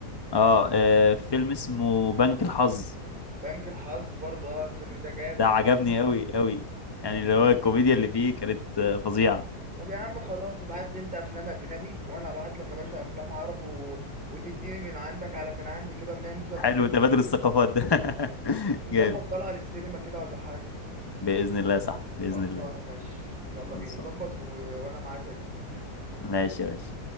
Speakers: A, on the left (about 20°); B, on the right (about 30°).
A: اه آه، فيلم اسمه بنك الحظ
B: بنك الحظ برضه اه الفيلم ده جامد
A: ده عجبني
B: جامد
A: قوي قوي يعني اللي هو الكوميديا اللي فيه كانت آه، فظيعة
B: طب يا عم خلاص ابعت لي انت افلام اجنبي وانا ابعت لك يا باشا افلام عربي و... وتديني من عندك على من عندي كده ونعمل شويه
A: حلو
B: افلام
A: تبادل
B: حلوين
A: الثقافات ده <laughs>
B: ونظبط
A: جامد
B: طلعه للسينما كده ولا حاجه
A: بإذن الله صح بإذن
B: خلصانه
A: الله
B: ماشي يلا
A: خلصان
B: بينا ظبط و... وانا معاك يا كبير
A: ماشي يا باشا